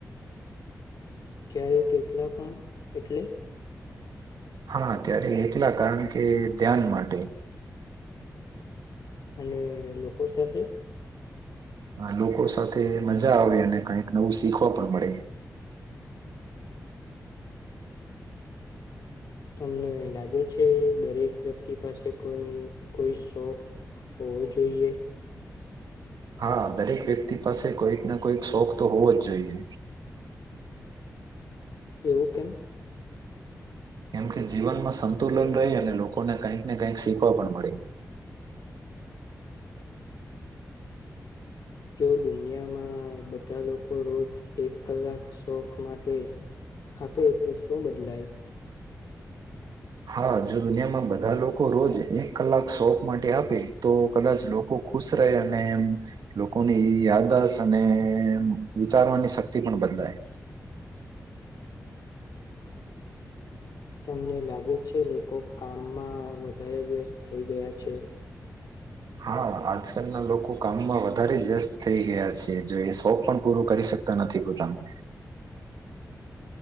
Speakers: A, on the left; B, on the right.
A: ક્યારે એકલા પણ એટલે
B: હા ક્યારે એકલા કારણ કે ધ્યાન માટે
A: અને લોકો સાથે
B: હા લોકો સાથે મજા આવે અને કઈક નવું શીખવા પણ મળે.
A: તમને લાગે છે દરેક વ્યક્તિ પાસે કોઈ કોઈ શોખ હોવો જોઈએ?
B: હા દરેક વ્યક્તિ પાસે કોઈક ના કોઈક શોખ તો હોવો જ જોઈએ.
A: એવું કેમ?
B: કેમકે જીવનમાં સંતુલન રહી અને લોકોને કંઈક ને કંઈક શીખવા પણ મળે.
A: જો દુનિયામાં બધા લોકો રોજ એક કલાક શોખ માટે આપે તો શું બદલાય?
B: હા જો દુનિયામાં બધા લોકો રોજ એક કલાક શોખ માટે આપે તો કદાચ લોકો ખુશ રહે અને એ લોકોની યાદશ અને વિચારવાની શક્તિ પણ બદલાય.
A: તમને લાગે છે લોકો કામમાં વધારે વ્યસ્ત થઈ ગયા છે?
B: હા આજકાલના લોકો કામમાં વધારે વ્યસ્ત થઈ ગયા છે, જો એ શોખ પણ પૂરો કરી શકતા નથી પોતાનું